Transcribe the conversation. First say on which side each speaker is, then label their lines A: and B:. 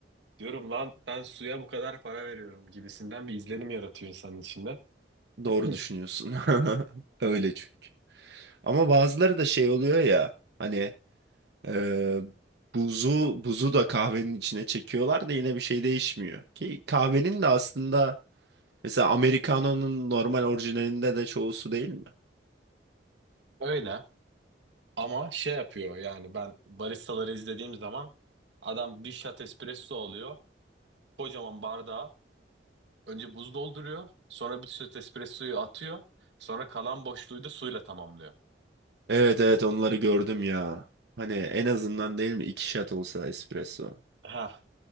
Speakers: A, on the right; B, on the right.
A: Diyorum lan ben suya bu kadar para veriyorum gibisinden bir izlenim yaratıyor insanın içinde. <clears throat>
B: Doğru
A: Hı.
B: düşünüyorsun. <laughs> Öyle çünkü. Ama bazıları da şey oluyor ya hani e, buzu buzu da kahvenin içine çekiyorlar da yine bir şey değişmiyor. Ki kahvenin de aslında mesela Americano'nun normal orijinalinde de çoğu su değil mi?
A: Öyle ama şey yapıyor yani ben baristaları izlediğim zaman adam bir shot espresso alıyor. Kocaman bardağı Önce buz dolduruyor. Sonra bir süt espressoyu atıyor. Sonra kalan boşluğu da suyla tamamlıyor.
B: Evet evet onları gördüm ya. Hani en azından değil mi iki shot olsa espresso.
A: Ha.